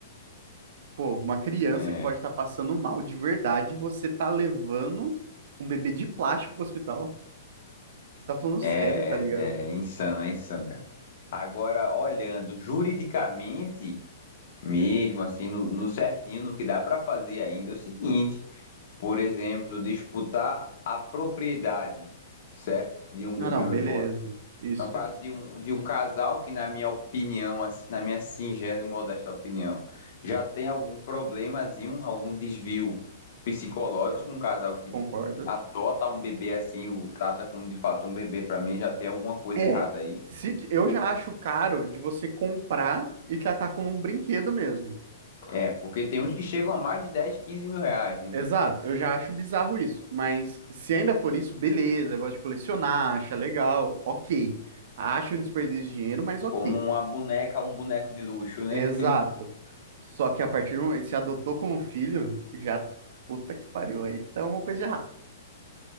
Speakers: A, on the right (about 60°); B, on the left (about 55°).
A: Pô, uma criança
B: É,
A: que pode estar passando mal de verdade, você tá levando um bebê de plástico pro hospital. Você tá falando
B: é,
A: sério, tá ligado?
B: é, é insano, é insano, cara. Agora, olhando juridicamente, mesmo assim, no, no certinho, no que dá para fazer ainda é o seguinte: por exemplo, disputar a propriedade, certo? De um
A: Não,
B: bebê
A: não,
B: reborn.
A: beleza. Isso,
B: No caso de um, de um casal que, na minha opinião, assim, na minha singela e modesta opinião, já tem algum problemazinho, algum desvio psicológico, um casal que
A: concordo.
B: adota um bebê assim, o trata como de fato um bebê, pra mim já tem alguma coisa
A: É,
B: errada aí.
A: se, eu já acho caro de você comprar e tratar como um brinquedo mesmo.
B: É, porque tem uns que chegam a mais de dez, quinze mil reais, né?
A: Exato, eu já acho bizarro isso. Mas se ainda for isso, beleza, gosto de colecionar, acha legal, ok. Acho um desperdício de dinheiro, mas ok.
B: Como uma boneca, um boneco de luxo, né?
A: Exato. Só que a partir do momento, que se adotou como filho, já puta que pariu. Aí tá uma coisa de errada.